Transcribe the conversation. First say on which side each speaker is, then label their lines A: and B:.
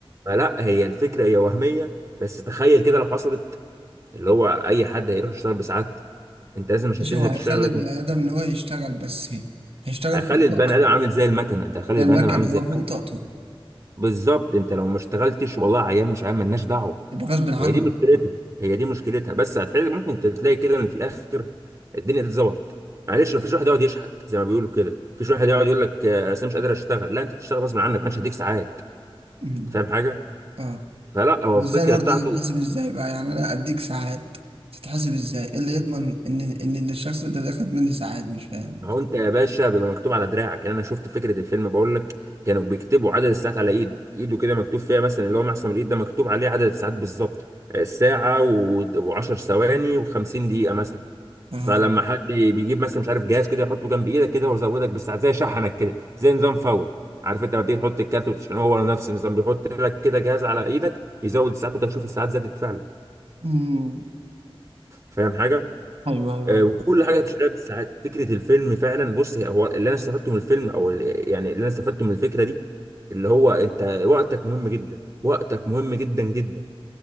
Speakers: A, on the right; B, on the right.
A: فلا هي الفكره هي وهميه بس تخيل كده لو حصلت اللي هو اي حد هيروح يشتغل بساعات انت لازم عشان
B: مش
A: تنزل
B: هو هيخلي
A: تشتغل لازم
B: البني ادم ان هو يشتغل بس هي. هيشتغل
A: هيخلي
B: فوق
A: البني
B: طاقته
A: ادم عامل زي المكنه انت هتخلي
B: ده
A: البني
B: المكن
A: ادم عامل زي
B: هو
A: المكنه
B: فوق طاقته
A: بالظبط انت لو ما اشتغلتش والله عيان مش عيان مالناش دعوه
B: يبقى غصب عنه
A: هي دي مشكلتها هي دي مشكلتها بس هتحل ممكن تلاقي كده ان في الاخر الدنيا اتظبطت معلش مفيش واحد يقعد يشحت زي ما بيقولوا كده مفيش واحد يقعد يقول لك آه، انا مش قادر اشتغل لا انت بتشتغل غصب عنك محدش هيديك ساعات
B: مم.
A: فاهم حاجه
B: اه
A: فلا هو
B: ازاي
A: الفكره
B: برضه
A: بتاعته
B: تتحسب ازاي بقى يعني انا اديك ساعات تتحسب ازاي إيه اللي يضمن ان ان اللي الشخص ده ده خد مني ساعات مش فاهم
A: ما هو انت يا باشا بيبقى مكتوب على دراعك يعني انا شفت فكره الفيلم بقول لك كانوا بيكتبوا عدد الساعات على ايده ايده كده مكتوب فيها مثلا اللي هو معصم الايد ده مكتوب عليه عدد الساعات بالظبط آه، ساعه و10 ثواني و50 دقيقه مثلا
B: اه
A: فلما حد بيجيب مثلا مش عارف جهاز كده يحطه جنب ايدك كده ويزودك بالساعات زي شحنك كده زي نظام فوري عارف انت لما بتيجي تحط الكارت وتشحنه هو نفس النظام بيحط لك كده جهاز على ايدك يزود الساعات وانت تشوف الساعات زادت فعلا
B: امم
A: فاهم حاجه
B: ايوه ايوه
A: آه،
B: أيوة.
A: وكل حاجه بتشتريها بالساعات فكره الفيلم فعلا بص هي- هو اللي انا استفدته من الفيلم او ال- يعني اللي انا استفدته من الفكره دي اللي هو انت وقتك مهم جدا وقتك مهم جدا جدا